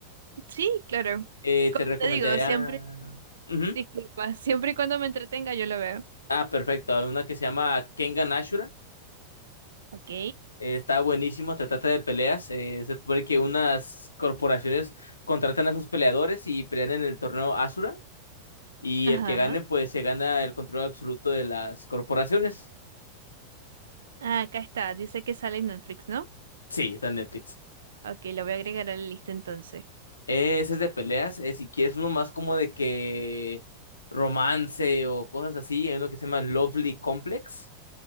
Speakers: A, on the right; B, on the left.
A: Sí, claro.
B: Eh,
A: Como
B: te recomendaría...
A: te digo, siempre,
B: Ujú.
A: disculpa, siempre y cuando me entretenga yo lo veo.
B: Ah, perfecto. Hay una que se llama Kengan Ashura.
A: Ok.
B: Eh, está buenísimo, te trata de peleas. Eh, se supone que unas corporaciones contratan a sus peleadores y pelean en el torneo Ashura Y
A: Ajá.
B: el que gane, pues se gana el control absoluto de las corporaciones.
A: Ah, acá está. Dice que sale en Netflix, ¿no?
B: Sí, está en Netflix.
A: Ok, lo voy a agregar a la lista entonces.
B: Eh, Ese es de peleas. eh, si quieres uno más como de que romance o cosas así, hay uno que se llama Lovely Complex.